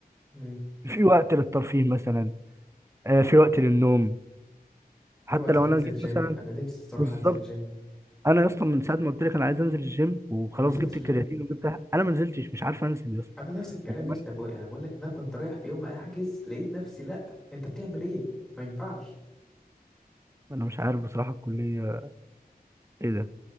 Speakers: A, in the centre; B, on the right.
A: امم
B: في وقت للترفيه مثلا آه، في وقت للنوم
A: في
B: حتى
A: وقت
B: لو
A: تنزل
B: انا جيت
A: جيم
B: مثلا
A: انا نفسي الصراحه
B: بالظبط
A: انزل جيم
B: انا يا اسطى من ساعه ما قلت لك انا عايز انزل الجيم وخلاص
A: ما نزلتش
B: جبت الكرياتين
A: جيم
B: وجبت انا ما نزلتش مش عارف انزل يا اسطى
A: انا نفس الكلام
B: وكمان
A: يا اسطى بقول يعني بقول لك ان انا كنت رايح في يوم احجز لقيت نفسي لا انت بتعمل ايه ما ينفعش
B: انا مش عارف بصراحه الكليه ايه ده